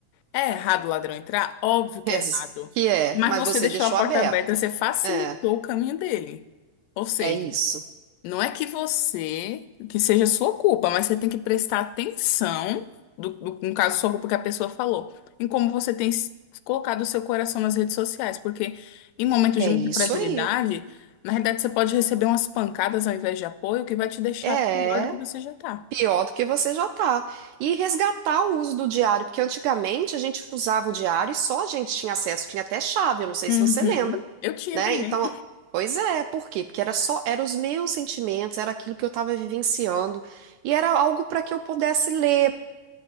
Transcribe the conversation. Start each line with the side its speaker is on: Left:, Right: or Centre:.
Left: É errado o ladrão entrar? Óbvio que
Right: <laughs>
Left: é errado.
Right: Que é,
Left: Mas
Right: mas
Left: você
Right: você
Left: deixou
Right: deixou
Left: a porta
Right: aberto.
Left: aberta, você facilitou
Right: É.
Left: o caminho dele. Ou seja,
Right: É isso.
Left: não é que você, que seja sua culpa, mas você tem que prestar atenção, do, do- no caso, sua culpa que a pessoa falou, em como você tem s- colocado o seu coração nas redes sociais, porque em momentos
Right: É
Left: de muita
Right: isso
Left: fragilidade,
Right: aí.
Left: na realidade você pode receber umas pancadas ao invés de apoio, que vai te deixar
Right: É
Left: pior do que você já tá.
Right: pior do que você já tá. E resgatar o uso do diário, porque antigamente a gente usava o diário e só a gente tinha acesso, tinha até chave, eu não sei
Left: Uhum.
Right: se você lembra,
Left: Eu tinha
Right: né?
Left: também.
Right: Então, pois é, por quê? Porque era só, eram os meus sentimentos, era aquilo que eu estava vivenciando, e era algo para que eu pudesse ler.